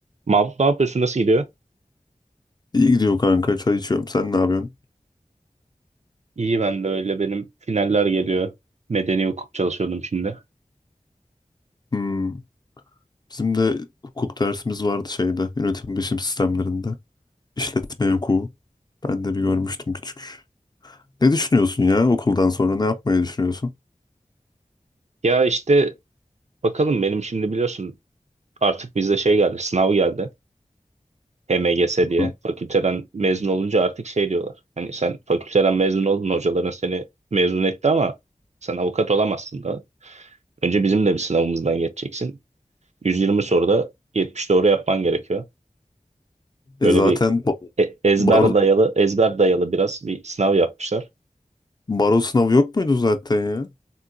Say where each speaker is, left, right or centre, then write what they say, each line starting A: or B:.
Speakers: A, on the right; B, on the left.
A: Mahmut ne yapıyorsun? Nasıl gidiyor?
B: İyi gidiyor kanka. Çay içiyorum. Sen ne yapıyorsun?
A: İyi ben de öyle. Benim finaller geliyor. Medeni hukuk çalışıyordum şimdi.
B: Hmm. Bizim de hukuk dersimiz vardı şeyde. Yönetim bilişim sistemlerinde. İşletme hukuku. Ben de bir görmüştüm küçük. Ne düşünüyorsun ya okuldan sonra? Ne yapmayı düşünüyorsun?
A: Ya işte bakalım benim şimdi biliyorsun artık bizde şey geldi. Sınav geldi. HMGS diye.
B: Hı.
A: Fakülteden mezun olunca artık şey diyorlar. Hani sen fakülteden mezun oldun. Hocaların seni mezun etti ama sen avukat olamazsın da. Önce bizim de bir sınavımızdan geçeceksin. 120 soruda 70 doğru yapman gerekiyor.
B: E
A: Böyle
B: zaten
A: bir
B: ba-
A: e- ezber
B: baro,
A: dayalı ezber dayalı biraz bir sınav yapmışlar.
B: baro sınavı yok muydu zaten ya?